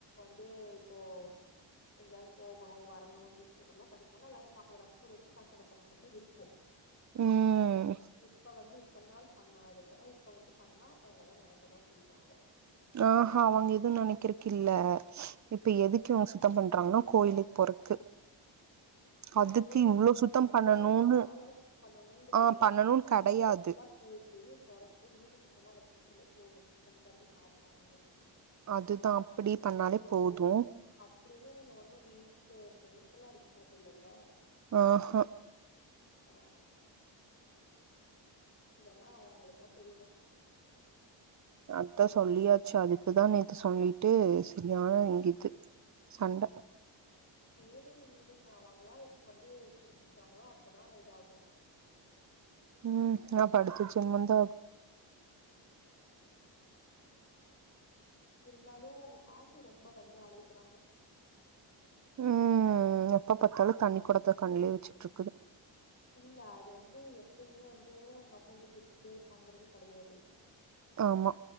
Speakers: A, on the left (about 30°); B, on the right (about 35°).
A: து இப்போ எங்கயாவது போகணு வரணு நியூஸ் பேப்பர்லா படிக்னு எல்லாமே பக்கத்துல பக்கத்துல வச்சு கசகசகசனே இருக் க்கு
B: ம்
A: இப்ப வந்து இத்தனநாள் பண்ணாததா இப்ப வந்து பண்ணா அப்ப அவங்கதா நெனைக்கதா செய்வாங்க
B: ஆஹ அவங்க எதுவு நெனைக்கிறக்கு இல்ல இப்ப
A: ஆ
B: எதுக்கு இவங்க சுத்தம் பண்றாங்னா கோயிலு போறக்கு அதுக்கு
A: கோயிலுக்கு
B: இவ்ளோ
A: போறக்கு
B: சுத்தம்
A: வந்து
B: பண்ணணுன்னு
A: அது மேலலா சுத்தம் பண்ணணுங்கிறதில்ல
B: ஆ பண்ணணுன்னு கெடையாது
A: வீடு ஃபுல்லா கூட்டி தொடைச்சு வீட்ட சுத்தமா வெச்சிருந்தாலே போது தனி கறியு சாப்டாமயே
B: அதுதா அப்டி பண்ணாலே
A: இந்த மாரி
B: போது
A: அப்டி என்ன நீங்க ஒண்ணு வீட்டுக்கு பெயிண்ட எல்லா அடிக்க போறது இல்லல்ல
B: ஆஹ
A: ஆ இதெல்லா அவங்க அவங்களுக்கா தெரியுணு
B: அதா சொல்லியாச்சு அதுக்குதா நேத்து சொல்லிட்டு சரியான இங்க இது சண்ட
A: செரி விடுக்கா அவங்களா எப்ப வந்து புடிச்சுக்கிறாங்களோ அப்பதா இதாகு
B: ம் நா படுத்துச்சுமந்த
A: இருந்தாலு உங்க பாட்டி ரொம்ப வந்து அழுகுறாங்க
B: ம் எப்ப பாத்தாலு தண்ணி கொடத்த கண்லயே வெச்சுட்ருக்குது
A: இல்ல அது வந்து எப்பயுமே வந்து உங்க அப்பா இப்டி சிரிச்சுட்டே இருப்பாங்கறது கெடையாது
B: ஆமா